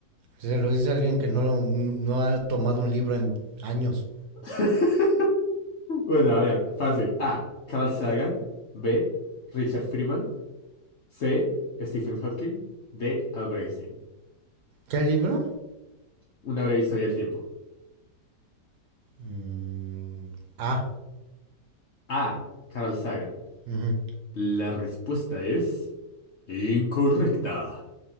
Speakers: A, on the right (about 70°); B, on the left (about 55°).
A: Se lo dice a alguien que no, no ha tomado un libro en años.
B: <laughs> Bueno, a ver, fácil. A. Carl Sagan. B. Richard Freeman. C. Stephen Hawking. D. Albert Einstein.
A: ¿Qué libro?
B: Una breve historia del tiempo.
A: Mm, ah.
B: A. Carl Sagan.
A: ujú.
B: La respuesta es incorrecta.